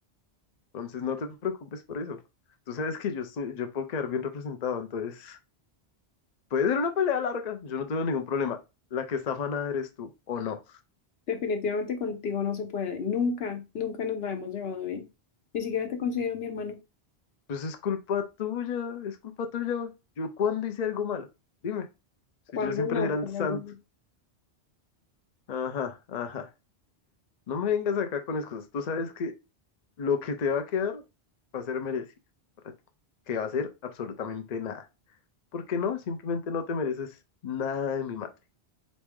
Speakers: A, on the left; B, on the left.
A: Entonces no te preocupes por eso. Tú sabes que yo estoy, yo puedo quedar bien representado, entonces puede ser una pelea larga, yo no tengo ningún problema. La que está afanada eres tú, o no.
B: Definitivamente contigo no se puede, nunca, nunca nos la hemos llevado bien. Ni siquiera te considero mi hermano.
A: Pues es culpa tuya, es culpa tuya. ¿Yo cuándo hice algo malo? Dime, si
B: ¿Cuándo
A: yo siempre
B: no?
A: era
B: Qué
A: el
B: raro.
A: santo.
B: ¿no?
A: Ajá, ajá. No me vengas acá con excusas. Tú sabes que lo que te va a quedar va a ser merecido para ti, que va a ser absolutamente nada. ¿Por qué no? Simplemente no te mereces nada de mi madre.